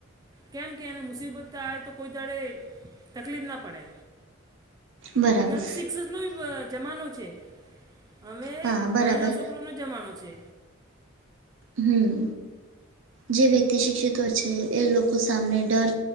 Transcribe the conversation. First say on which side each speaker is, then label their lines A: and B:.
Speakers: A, on the right; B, on the right.
A: કેમ કે એને મુસીબતતા આવે તો કોઈ દાડે તકલીફ ન પડે.
B: બરાબર.
A: હવે સિક્સસનો <unintelligible> જમાનો છે. અવે
B: હા, બરાબર.
A: ભણેલા સોકરોનો જમાનો છે.
B: હમ્મ, જે વ્યક્તિ શિક્ષિત હોય છે એ લોકો સામે ડર.